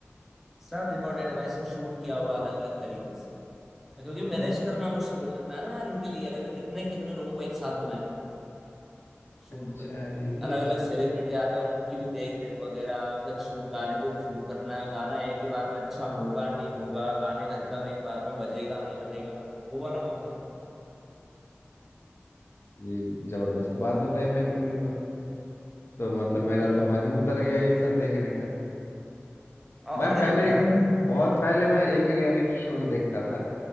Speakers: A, in the centre; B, on the left (about 60°).
A: सब रिकॉर्डेड है भाई सब शूट किया हुआ अलग अलग तरीके से क्योंकि
B: अरे
A: मैनेज करना मुश्किल हो जाता है ना यार इनके लिए अभी कितने कितने लोगों को एक साथ बुलाएंगे शूट
B: अच्छा
A: पे
B: ये भी
A: अलग
B: है
A: अलग सेलिब्रिटी आ रहे हैं उनकी भी देख रेख वगैरह फिर शूट गाने को भी शूट करना है गाना एक ही बार में अच्छा होगा नहीं होगा गाने का रिदम एक बार में बजेगा नहीं बजेगा वो वाला मामला है
B: ये जबरदस्त बात बताई भाई तुमने तो तो मतलब
A: हम्म
B: मेरा तो मन ही उतर गया ये सब देखने का
A: और
B: मैं
A: क्या
B: पहले
A: नहीं तो भाई
B: एक-
A: <laughs>
B: बहुत पहले मैं एक रियलिटी शोज देखता था